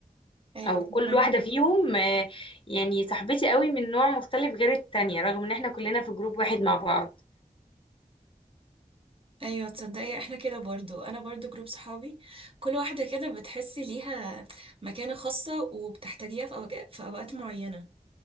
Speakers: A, on the right (about 40°); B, on the left (about 35°).
A: ايوه
B: او
A: فهمك
B: كل واحده فيهم آه يعني صاحبتي قوي من نوع مختلف غير التانية رغم ان احنا كلنا في جروب واحد مع بعض
A: ايوه تصدقي احنا كده برضو انا برضو جروب صحابي كل واحدة كده بتحسي ليها مكانة خاصة وبتحتاجيها في أوجا- في اوقات معينة